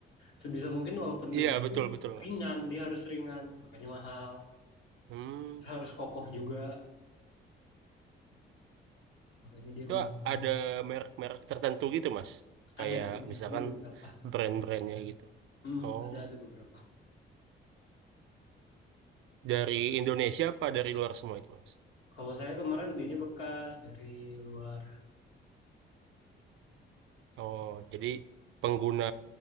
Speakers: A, on the left; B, on the right.
A: Sebisa mungkin walaupun
B: Iya,
A: gede itu
B: betul betul Mas.
A: ringan, dia harus ringan, makanya mahal.
B: Hmm.
A: Terus harus kokoh juga, makanya dia
B: Itu
A: mahal. Hmm.
B: ada merek-merek tertentu gitu Mas. Kayak
A: Ada ini,
B: misalkan
A: ada beberapa.
B: brand-brandnya gitu.
A: Hmm,
B: Oh,
A: ada ada beberapa.
B: dari Indonesia apa dari luar semua itu Mas?
A: Kalau saya kemarin belinya bekas dari luar.
B: Oh, jadi pengguna